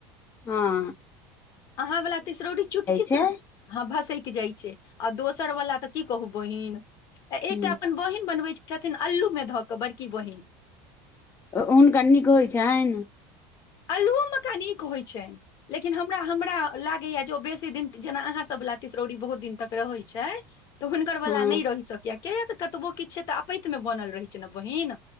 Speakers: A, on the left; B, on the left.
A: हाॅं।
B: अहाँ बला तिसरौरी चुटकी
A: छै
B: सॅं। हाॅं भसैक जाइ छै आ दोसर वला तऽ की कहु बहिन आ
A: ह
B: एकटा अपन बहिन। बनबै छथिन अलु मे धऽ कऽ बड़की बहिन।
A: ओ ऊनका निक होइ छैन।
B: अल्लुओ मेका निक होइ छनि। लेकिन हमरा हमरा लागैया जो बेसी दिन जेना अहाँ सबला तिसरौरी बहुत दिन तक रहै छै। तऽ हुनकर बला
A: हँ
B: नै रहि सॅं कैय किया तऽ कतबो किछ छै तऽ अपैत मे बनल रहै छै ना बहिन।